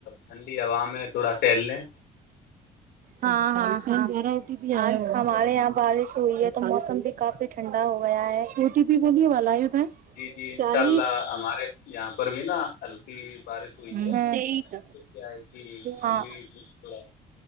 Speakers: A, on the left; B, on the right.
A: ٹھنڈی ہوا میں تھوڑا ٹہل لیں
B: ہاں ہاں ہمارے یہاں بارش ہوئی ہے تو موسم بھی کافی ٹھنڈا ہو گیا ہے او ٹی پی بولیے والایو ہے
A: جی جی انشاء
B: چالیس
A: اللہ ہمارے یہاں پر بھی نا ہلکی بارش سی ہوئ
B: تیئیس
A: ہے پھر کیا ہے کی
B: ہاں
A: ہم بھی تھوڑا